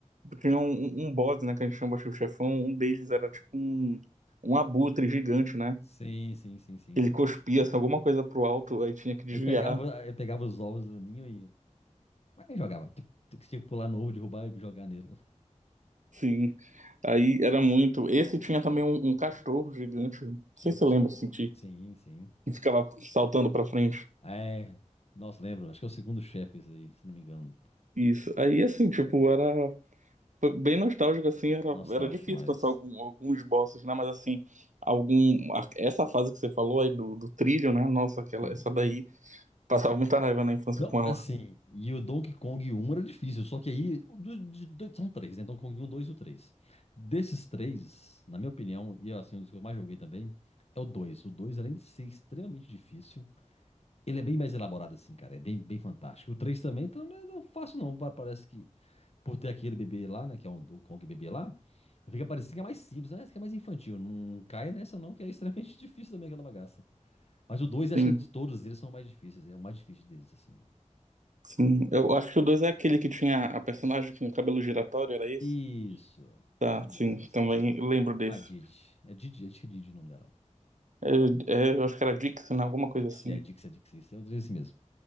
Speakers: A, on the right (about 75°); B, on the left (about 55°).
A: Tinha um, um um boss, né? Que a gente chama de chefão. Um deles era tipo um, um abutre gigante, né?
B: Sim, sim, sim, sim,
A: Ele
B: sim.
A: cuspia assim, alguma coisa pro alto, aí tinha que desviar.
B: Ele pegava, ele pegava os ovos do ninho e Mas jogava. Tem tem que tinha que pular no ovo, derrubar e jogar nele.
A: Sim. Aí era muito. Esse tinha também um, um castor gigante. Não
B: Tinha
A: sei se
B: um castor.
A: você lembra, assim,
B: Sim, sim.
A: e ficava saltando pra frente.
B: É. Nossa, lembro. Acho que é o segundo chefe esse aí, se não me engano.
A: Isso. Aí, assim, tipo, era foi bem nostálgico, assim, era,
B: Nostálgico,
A: era difícil
B: mas.
A: passar algum- alguns bosses, né? Mas, assim, algum, a- essa fase que você falou aí do, do trilho, né? Nossa, aquela,
B: Sim.
A: essa daí, passava muita raiva na infância
B: Não,
A: com ela.
B: assim. E o Donkey Kong um era difícil. Só que aí. o do- de dois- são três, né? Donkey Kong um, 2 e o 3. Desses três, na minha opinião, e assim, um dos que eu mais joguei também, é o 2. O dois além de ser extremamente difícil, ele é bem mais elaborado, assim, cara. É bem, bem fantástico. O 3 também, então não é tão fácil, não. pa- Parece que. por ter aquele bebê lá, né? Que é o, o Kong bebê lá, fica parecendo que é mais simples, né? que é mais infantil. Não caia nessa, não, que é extremamente <laughs> difícil também aquela bagaça. Mas o 2 acho
A: Sim,
B: que de todos eles são mais difíceis. É o mais difícil deles, assim.
A: sim. Eu acho que o 2 é aquele que tinha a personagem com o cabelo giratório, era esse?
B: Isso.
A: Tá,
B: Isso,
A: sim,
B: isso,
A: também
B: isso.
A: lembro desse.
B: A Didi. É Didi, acho que é Didi o nome dela.
A: Eu, é, eu acho que era Dixon, alguma coisa
B: Dixie,
A: assim.
B: é Dixie, é Dixie. É o assim mesmo.